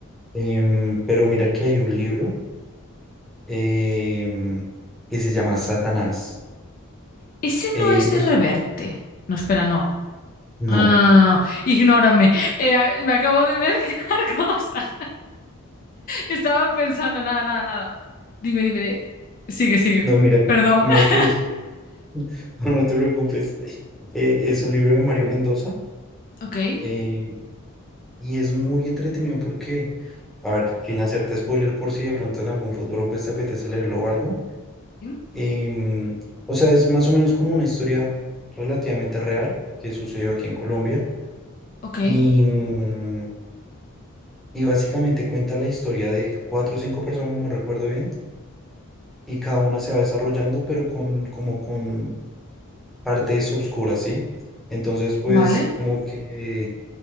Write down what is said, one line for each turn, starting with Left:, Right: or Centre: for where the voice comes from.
Centre: Em, pero mira que hay un libro em, que se llama Satanás.
Left: Ese
Centre: Eh,
Left: no es de
Centre: es,
Left: Reverte. No, espera, no.
Centre: no,
Left: No, no, no, no, no. no. Ignórame. Eh, a- me acabo de mezclar <laughs> cosas. Estaba pensando, nada, nada, nada. Dime, dime, de- sigue, sigue.
Centre: no, mira,
Left: Perdón.
Centre: mira que
Left: <laughs>
Centre: es, no, no te preocupes. <laughs> Eh, es un libro de Mario Mendoza
Left: Ok.
Centre: eh, y es muy entretenido porque, a ver, sin hacerte spoiler por si de pronto en algún futuro pues, te apetece leerlo o algo.
Left: Sí.
Centre: Em, o sea, es más o menos como una historia relativamente real que sucedió aquí en Colombia.
Left: Ok.
Centre: Y, mm, y básicamente cuenta la historia de cuatro o cinco personas, no recuerdo bien, y cada una se va desarrollando, pero con, como con partes obscuras, ¿sí? Entonces, pues,
Left: Vale.
Centre: como que,